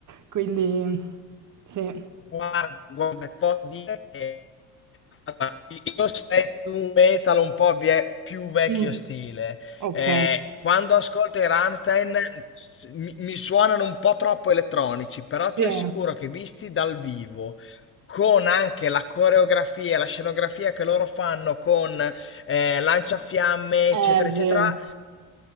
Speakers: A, on the right; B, on the left.
A: Quindi, sì.
B: guarda, guarda, può dire che allora, io sei più metal, un po' vie- più vecchio
A: Mm,
B: stile.
A: ok,
B: Eh, quando ascolto i Rammstein s- mi, mi suonano un po' troppo elettronici, però
A: sì,
B: ti assicuro che visti dal vivo, con anche la coreografia, e la scenografia che loro fanno con eh, lanciafiamme,
A: è
B: eccetera,
A: vero.
B: eccetera,